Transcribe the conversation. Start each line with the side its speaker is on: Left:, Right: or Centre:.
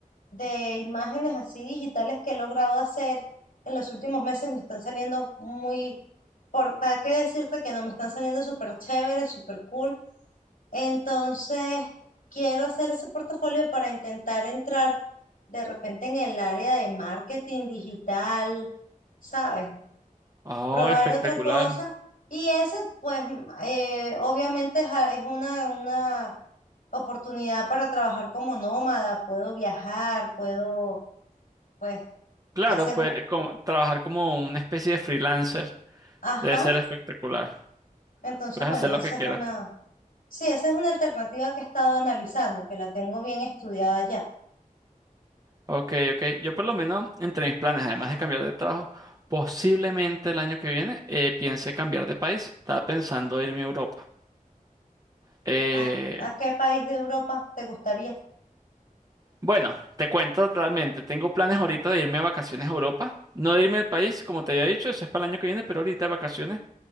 Left: de imágenes así digitales que he logrado hacer en los últimos meses. Me están saliendo muy, por, ¿para qué decirte que no? Me están saliendo súper chéveres, súper cool. Entonces, quiero hacer ese portafolio para intentar entrar de repente en el área de marketing digital, ¿sabes?
Right: Oh,
Left: probar
Right: espectacular.
Left: otra cosa. Y eso, pues, eh, obviamente es, a- es una, una oportunidad para trabajar como nómada, puedo viajar, puedo, pues,
Right: Claro,
Left: hacer,
Right: pues como- trabajar como una especie de freelancer
Left: ajá.
Right: debe ser espectacular.
Left: Entonces,
Right: Puedes
Left: bueno,
Right: hacer lo
Left: esa
Right: que quieras.
Left: es una, sí, esa es una alternativa que he estado analizando, que la tengo bien estudiada ya.
Right: Ok, ok. Yo por lo menos, entre mis planes, además de cambiar de trabajo, posiblemente el año que viene eh, piense cambiar de país. Estaba pensando irme a Europa. Eh,
Left: ¿A, a qué país de Europa te gustaría?
Right: bueno, te cuento realmente, tengo planes ahorita de irme a vacaciones a Europa. No de irme al país, como te había dicho, eso es para el año que viene, pero ahorita de vacaciones